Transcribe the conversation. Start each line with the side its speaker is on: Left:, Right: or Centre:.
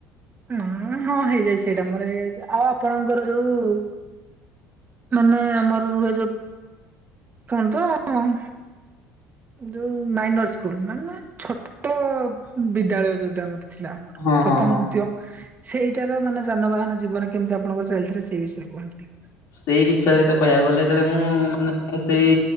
Right: ଉଁ ହଁ ହେଇଯାଇଚି ସେଇଟା ମୋର ହେଇଯାଇଚି ଆଉ ଆପଣଙ୍କର ଯୋଉ ମାନେ ଆମର ରୁହେ ଯୋଉ କଣ ତ ଯୋଉ ମାଇନର ସ୍କୁଲ ମାନେ ଛୋଟ ବିଦ୍ୟାଳୟ ଯୋଉଟା ଆମର ଥିଲା ଆମର
Left: ହଁ
Right: ପ୍ରଥମ
Left: ହଁ ହଁ।
Right: ଦ୍ଵିତୀୟ ସେଇଟାର ମାନେ ଯାନବାହାନ ଜୀବନ କେମିତି ଆପଣଙ୍କ ଚାଲଥିଲା ସେଇ ବିଷୟରେ କୁହନ୍ତୁ ଟି
Left: ସେଇ ବିଷୟରେ ତ କହିବାକୁ ଗଲେ ଯେତେଳେ ମୁଁ ମାନେ ସେଇ